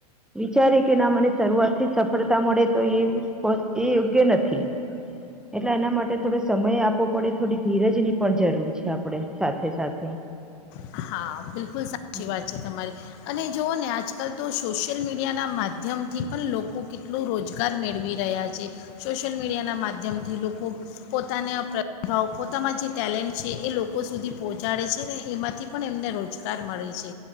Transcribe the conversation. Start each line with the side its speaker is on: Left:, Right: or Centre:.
Centre: જ રીતે ના મને શરૂઆત એ સફળતા મળે તો એ પ એ યોગ્ય નથી. એટલે એના માટે થોડો સમય આપવો પડે થોડી ધીરજની પણ જરૂર છે આપડે સાથે સાથે.
Left: હા, બિલકુલ સાચી
Centre: હમ
Left: વાત છે તમારી. અને જોવ ને આજકાલ તો સોશિયલ મીડિયાના માધ્યમથી પણ લોકો કેટલું રોજગાર મેળવી રહ્યા છે. સોશિયલ મીડિયાના માધ્યમથી લોક કો પોતાના પ્રતિભાવ પોતાના જે ટેલેન્ટ છે એ લોકો સુધી પહોંચાડે છે ને એમાં થી પણ એમને રોજગાર મળે છે.